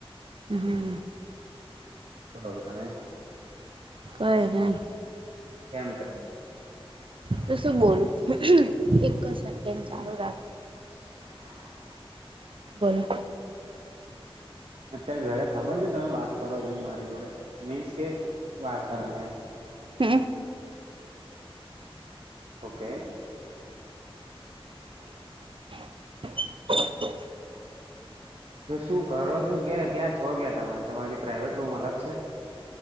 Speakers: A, on the right; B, on the right.
A: હ હમ.
B: બલો તમે.
A: કઈ નહી.
B: એમ કર.
A: તું શું બોલું એક સેકન્ડ ચાલું રાખજો.
B: <inaudible>
A: બોલો.
B: અત્યારે ઘરે ખબર છે તમે વાત કરો જેમ મારી જોડે. મીન્સ કે વાત કરો છે.
A: હમ.
B: ઓકે.
A: <inaudible>
B: તો શું કરો છો ક ક્યાં છો ક્યા તમે તમારી પ્રાાઈવેટ રૂમ અલગ છે.